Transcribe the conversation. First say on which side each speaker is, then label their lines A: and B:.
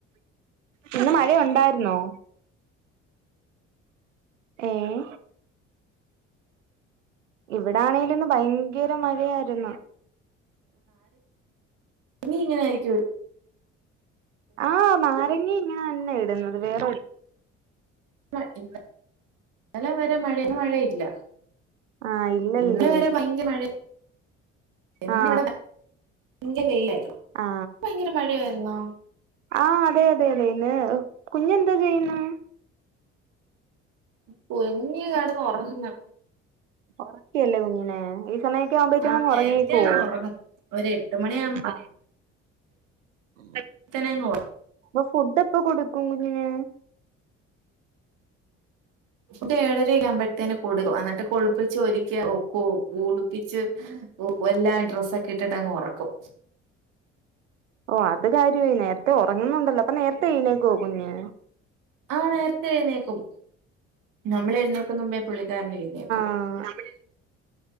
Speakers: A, on the right; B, on the right.
A: ഇന്നലെ മഴ ഒണ്ടാര്ന്നോ ഏഹ് ഇവിടാണെലിന്ന് ഭയങ്കര മഴയായിര്ന്ന്
B: ഇനി ഇങ്ങനെ ആരിക്കോ
A: ആഹ് നാരങ്ങി ങ്ങനെ തന്നെയാ ഇടുന്നത് വേറെ
B: ഇ ഇന്ന ന്നലെ വരെ മഴ ഇന്ന് മഴയില്ല
A: ആ ഇല്ലല്ലേ
B: ഇന്നലെ വരെ ഭയങ്കര മഴ <unintelligible> ആയി <unintelligible> ഇന്നിവിടെ
A: ആ
B: ഭയങ്കര വെയ്യായിരുന്നു
A: ആ
B: ഭയങ്കര മഴയായിരുന്നോ
A: ആഹ് അതെ അതെ അതെ ഇന്ന് കുഞ്ഞെന്താ ചെയ്യുന്നേ
B: കുഞ്ഞു കെടന്നൊറങ്ങുന്ന്
A: ഒറക്കിയല്ലേ കുഞ്ഞിനെ സമയൊക്കെ ആവുമ്പോത്തേനും
B: ആഹ്
A: ഉറങ്ങിയേക്കുവോ
B: നേരത്തെ അങ്ങ് ഒറങ്ങും ഒരു എട്ട് മണി
A: <unintelligible> ആഹ് <unintelligible>
B: ത്തനങ്ങോ
A: അപ്പൊ ഫുഡ് എപ്പൊ കൊടുക്കും കുഞ്ഞിന്
B: ഫുഡ് ഏഴരാ ക്കെ ആവുമ്പേതിന് കൊടുക്കും. എന്നിട്ട് കുളിപ്പിച്ച് ഒരുക്കി ഒ ക്ക കുളിപ്പിച്ച് വല്ലാ ഡ്രസ്സ ക്കെ ഇട്ടിട്ട് അങ് ഉറക്കും
A: ഓഹ് അത് കാര്യവായി നേരത്തെ ഉറങ്ങുന്നുണ്ടല്ലോ അപ്പൊ നേരത്തെ എഴുന്നേക്കോ കുഞ്ഞ്
B: ആഹ് നേരത്തെ എഴുന്നേക്കും നമ്മൾ എഴുന്നേക്കുന്ന മുമ്പേ പുള്ളിക്കാരന് എഴുന്നേക്കും
A: ആഹ് നമ്മളെയ്